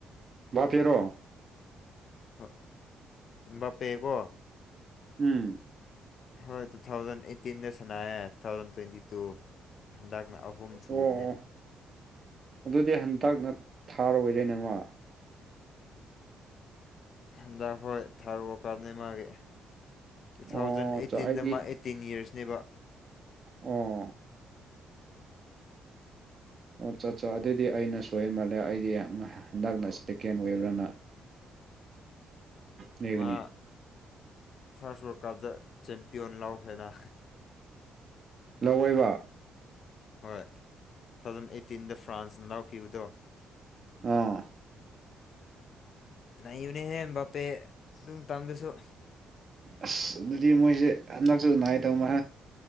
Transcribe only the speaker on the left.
ꯍꯥ ꯕꯥꯄꯦꯀꯣ
ꯍꯣꯏ ꯇꯨ ꯊꯥꯎꯖꯟ ꯑꯦꯠꯇꯤꯟꯗ ꯁꯅꯇꯦ ꯇꯨ ꯊꯥꯎꯖꯟ ꯇ꯭ꯋꯦꯟꯇꯤ ꯇꯨ ꯍꯟꯗꯛꯅ ꯑꯍꯨꯝ ꯁꯨꯕꯅꯦ
ꯍꯟꯗꯛ ꯍꯣꯏ ꯊꯥꯔꯣ ꯀꯥꯞꯅꯦ ꯃꯥꯒꯤ ꯇꯨ
ꯊꯥꯎꯖꯟ ꯑꯦꯠꯇꯤꯟꯗ
ꯃꯥ ꯑꯦꯠ ꯇꯦꯟ ꯏꯌꯔꯁꯅꯦꯕ
ꯃꯥ ꯐ꯭ꯔꯥꯟꯁꯅ ꯋꯥꯀꯞꯇ ꯆꯦꯝꯄꯤꯌꯣꯟ ꯂꯧꯈ꯭ꯔꯦꯅ
ꯍꯣꯏ ꯇꯨ ꯊꯥꯎꯖꯟ ꯑꯦꯠꯇꯤꯟꯗ ꯐ꯭ꯔꯥꯟꯁꯅ ꯂꯧꯈꯤꯕꯗꯣ
ꯅꯩꯕꯅꯤꯍꯦ ꯕꯥꯞꯄꯦ ꯑꯗꯨꯝ ꯇꯝꯗꯁꯨ